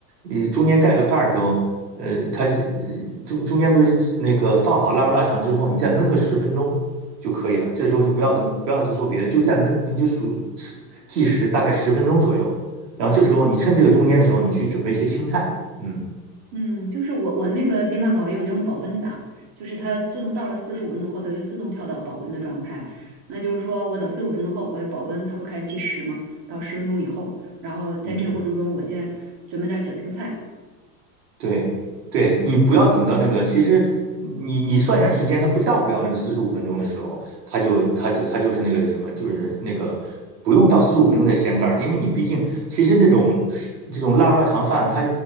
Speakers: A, on the right; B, on the right.
A: 呃，中间盖个盖儿的时候，呃，它是呃中中间不是那个放好腊肉腊肠之后，你再焖个十分钟就可以了。这时候就不要不要去做别的，就再焖，你就数计时，大概十分钟左右。然后这时候你趁这个中间的时候，你去准备一些青菜。嗯
B: 嗯，就是我我那个电饭煲也有那种保温档，就是它自动到了四十五分钟后，它就自动跳到保温的状态。那就是说我等四十五分钟后，我保温，它不是开始计时吗？到十分钟以后，然后在这个过程中，
A: 嗯，
B: 我先准备点儿小青菜。
A: 对对，你不要等到那个，其实你你算一下时间，它不到不了那个四十五分钟的时候，它就它就它就是那个什么，就是那个不用到四十五分钟再掀盖儿，因为你毕竟其实这种是这种腊肉腊肠饭，它